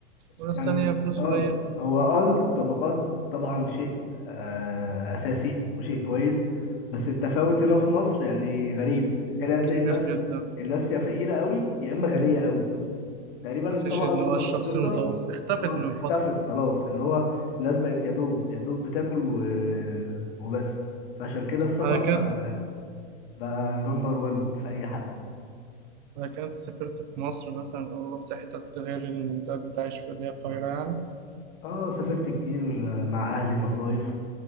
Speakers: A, on the right; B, on the left.
A: وناس
B: يعني
A: تانية فلوس
B: اه
A: قليل
B: هو اه الطبقات طبعا شيء آه اساسي وشيء كويس بس التفاوت هنا في مصر يعني غريب هنا هتلاقي
A: كبير
B: الناس
A: جدا
B: الناس يا فقيرة قوي يا اما غنية قوي تقريبا
A: مفيش
B: الطبقة
A: اللي
B: المتوسطة
A: هو الشخص المتوسط اختفت
B: اه
A: من
B: اختفت
A: فترة
B: خلاص اللي هو الناس بقت يا دوب يا دوب بتاكل و... وبس فعشان كده السفر
A: على كان
B: بقى بقى نمبر وان في اي حد
A: على كان أنت سافرت في مصر مثلا أو رحت حتة غير المنطقة اللي أنت عايش فيها اللي هي القاهرة يعني
B: اه سافرت كتير مع اهلي مصايف